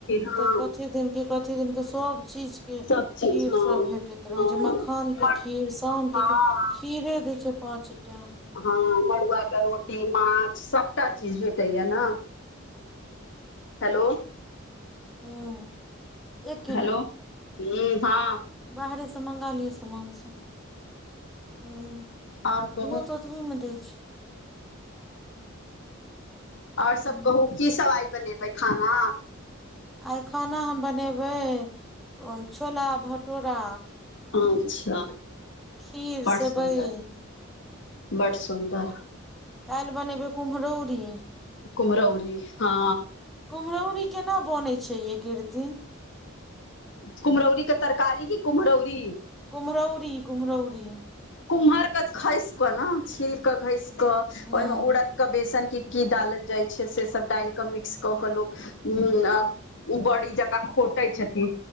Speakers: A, on the left (about 60°); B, in the centre.
A: हँ
B: तॅं कथी दिन कि कथी दिन केँ सभ चीज- केँ
A: सब चीज
B: खीर
A: हँ
B: सब भेटैत
A: हँ
B: रहै छै, मखानकेँ खीर सामकेँ
A: हँ
B: खीर खीरे दै छै पाँचटा।
A: हँ, मड़ुआके रोटी माछ, सभटा चीज भेटैया ने! हेलो!
B: हूँ। एक
A: हेलो! हूँ, हँ।
B: बाहरेसँ मंगा लिअ समान सभ, हूँ।
A: आओर कहू
B: इहो तॅं ओतबीमे दै छै।
A: आओर सभ
B: ह
A: कहू, की सभ आइ बनेबै खाना?
B: आइ खाना हम बनेबै ओ छोला, भटोरा
A: अच्छा,
B: खीर
A: बड्ड
B: सेवइ
A: सुन्दर। बड्ड सुन्दर।
B: काल्हि बनेबै कुम्हरौरी।
A: कुम्हरौरी, हँ।
B: कुम्हरौरी केना बनैत छै यै कीर्ति?
A: कुम्हरौरीके तरकारी की कुम्हरौरी?
B: कुम्हरौरी, कुम्हरौरी।
A: कुम्हरके घइसि कऽ ने, छीलके घसि कऽ,
B: ह
A: ओहिमे उड़दके बेसन की- की डालल जाइ छै से सभ डालि कऽ मिक्स कऽ के लोक ह ओ बड़ी जकाँ खोटैं छथिन।